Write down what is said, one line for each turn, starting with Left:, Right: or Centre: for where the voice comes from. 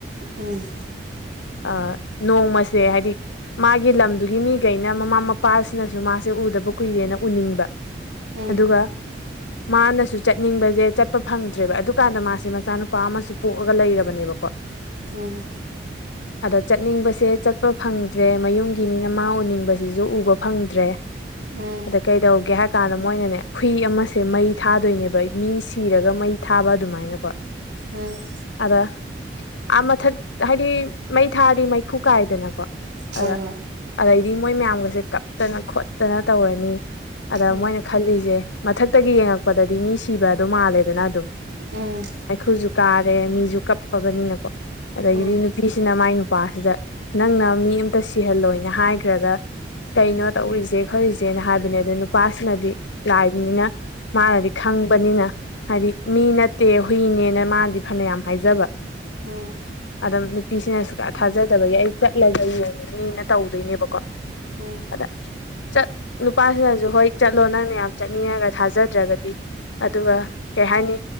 Right: ꯎ ꯎꯝ
Left: ꯑ ꯅꯣꯡꯃꯁꯦ ꯍꯥꯏꯗꯤ ꯃꯥꯒꯤ ꯂꯝꯗꯨꯒꯤ ꯃꯤꯈꯩꯅ ꯃꯃꯥ ꯃꯄꯥꯁꯤꯅꯁꯨ ꯃꯥꯁꯦ ꯎꯗꯕ ꯀꯨꯏꯔꯦꯅ ꯎꯅꯤꯡꯕ
Right: ꯎꯝ
Left: ꯑꯗꯨꯒ ꯃꯥꯅꯁꯨ ꯆꯠꯅꯤꯡꯕꯁꯦ ꯆꯠꯄ ꯐꯪꯗ꯭ꯔꯦꯕ ꯑꯗꯨꯀꯥꯟꯗ ꯃꯥꯁꯦ ꯃꯆꯥꯅꯨꯄꯥ ꯑꯃꯁꯨ ꯄꯣꯛꯑꯒ ꯂꯩꯔꯕꯅꯦꯕꯀꯣ
Right: ꯎꯝ
Left: ꯑꯗ ꯆꯠꯅꯤꯡꯕꯁꯦ ꯆꯠꯄ ꯐꯪꯗ꯭ꯔꯦ ꯃꯌꯨꯝꯒꯤ ꯃꯤꯅ ꯃꯥ ꯎꯅꯤꯡꯕꯁꯤꯁꯨ ꯎꯕ ꯐꯪꯗ꯭ꯔꯦ
Right: ꯎꯝ
Left: ꯑꯗ ꯀꯩꯗꯧꯒꯦ ꯍꯥꯏ ꯀꯥꯟꯗ ꯃꯣꯏꯅꯅꯦ ꯍꯨꯏ ꯑꯃꯁꯦ ꯃꯩ ꯊꯥꯗꯣꯏꯅꯦꯕ ꯃꯤ ꯁꯤꯔꯒ ꯃꯩ ꯊꯥꯕ ꯑꯗꯨꯃꯥꯏꯅꯀꯣ
Right: ꯎꯝ
Left: ꯑꯗꯥ ꯃꯊꯛ ꯍꯥꯏꯗꯤ ꯃꯩ ꯊꯥꯔꯗꯤ ꯃꯩꯈꯨ ꯀꯥꯏꯗꯅꯀꯣ
Right: ꯍꯣꯏ
Left: ꯑꯗ
Right: ꯍꯣꯏ
Left: ꯑꯗꯩꯗꯤ ꯃꯣꯏ ꯃꯌꯥꯝꯒꯁꯦ ꯀꯞꯇꯅ ꯈꯣꯠꯇꯅ ꯇꯧꯔꯅꯤ ꯑꯗ
Right: ꯎꯝ
Left: ꯃꯣꯏꯅ ꯈꯜꯂꯤꯁꯦ ꯃꯊꯛꯇꯒꯤ ꯌꯦꯡꯉꯛꯄꯗꯗꯤ ꯃꯤ ꯁꯤꯕ ꯑꯗꯨ ꯃꯥꯜꯂꯦꯗꯅ ꯑꯗꯨꯝ
Right: ꯎꯝ
Left: ꯑꯩꯩꯈꯨꯁꯨ ꯀꯥꯔꯦ ꯃꯤꯁꯨ ꯀꯞꯄꯕꯅꯤꯅꯀꯣ ꯑꯗꯒꯤꯗꯤ
Right: ꯎꯝ ꯎꯝ
Left: ꯅꯨꯄꯤꯁꯤꯅ ꯃꯥꯏ ꯅꯨꯄꯥꯁꯤꯗ ꯅꯪꯅ ꯃꯤ ꯑꯃꯝꯇ ꯁꯤꯍꯜꯂꯣꯏꯅ ꯍꯥꯏꯈ꯭ꯔꯒ ꯀꯩꯅꯣ
Right: ꯎꯝ ꯎꯝ
Left: ꯇꯧꯔꯤꯁꯦ ꯈꯣꯠꯔꯤꯁꯦꯅ ꯍꯥꯏꯕꯅꯦ ꯑꯗꯨ ꯅꯨꯄꯥꯁꯤꯅꯗꯤ ꯂꯥꯏꯕꯅꯤꯅ ꯃꯥꯅꯗꯤ ꯈꯪ ꯍꯪꯕꯅꯤꯅ ꯍꯥꯏꯗꯤ ꯃꯤ ꯅꯠꯇꯦ ꯍꯨꯏꯅꯦꯅ ꯃꯥꯗꯤ ꯐꯅ ꯌꯥꯝ ꯍꯥꯏꯖꯕ
Right: ꯎꯝ
Left: ꯑꯗꯨꯝ ꯅꯨꯄꯤꯁꯤꯅꯁꯨ ꯊꯥꯖꯗꯕꯒꯤ ꯑꯩ ꯆꯠꯂꯒ ꯌꯦꯡꯅꯤꯅ ꯇꯧꯗꯣꯏꯅꯦꯕꯀꯣ
Right: ꯎꯝ
Left: ꯑꯗ ꯆꯠ ꯅꯨꯄꯥꯁꯤꯅꯁꯨ ꯍꯣꯏ ꯆꯠꯂꯣ ꯅꯪꯅ ꯌꯥꯝ ꯆꯠꯅꯤꯡꯉꯒ ꯊꯥꯖꯗ꯭ꯔꯒꯗꯤ ꯑꯗꯨꯒ ꯀꯩ ꯍꯥꯏꯅꯤ